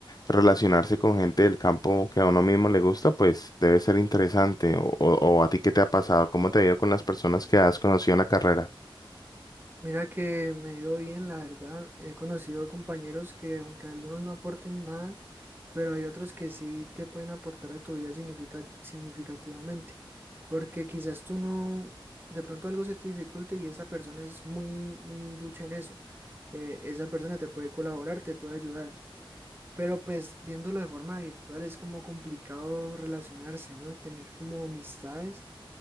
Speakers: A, on the left; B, on the right.
A: relacionarse con gente del campo que a uno mismo le gusta, pues debe ser interesante. O, o, o a ti, ¿qué te ha pasado? ¿Cómo te ha ido con las personas que has conocido en la carrera?
B: Mira que me ha ido bien, la verdad. He conocido compañeros que, aunque algunos no aporten nada, pero hay otros que sí te pueden aportar a tu vida significa- significativamente. Porque quizás tú no, de pronto algo se te dificulte y esa persona es muy, muy ducha en eso. Eh, esa persona te puede colaborar, te puede ayudar. Pero pues viéndolo de forma virtual es como complicado relacionarse, ¿no? Tener como amistades